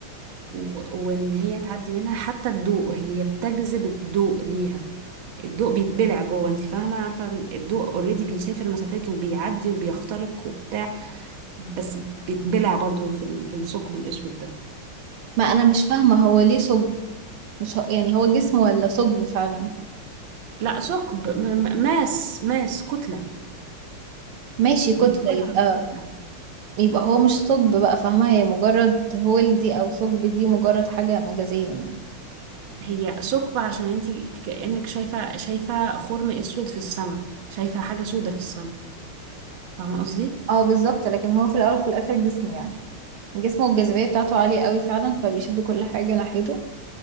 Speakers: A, on the right; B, on the right.
A: و- وإن هي تعدي منها حتى الضوء هي بتجذب الضوء ليها الضوء بيتبلع جوه انت فاهمه عارفه الضوء اوريدي بيسافر مسافات وبيعدي وبيخترق وبتاع بس بيتبلع برضو في ال- في الثقب الاسود ده
B: ما انا مش فاهمه هو ليه ثقب مش هو يعني هو جسم ولا ثقب فعلا
A: لا ثقب م- م- ماس ماس كتله
B: ماشي
A: يعني
B: كتله
A: هو عباره
B: يبقى
A: عن كتله
B: يبقى هو مش ثقب بقى فاهمه هي مجرد هول دي او ثقب دي مجرد حاجه مجازيه يعني
A: هي ثقب عشان انت كانك شايفه شايفه خرم اسود في السماء شايفه حاجه سودة في السماء فاهمه قصدي
B: اه بالظبط لكن هو في الاول وفي الاخر جسم يعني جسمه والجاذبيه بتاعته عاليه قوي فعلا فبيشد كل حاجه ناحيته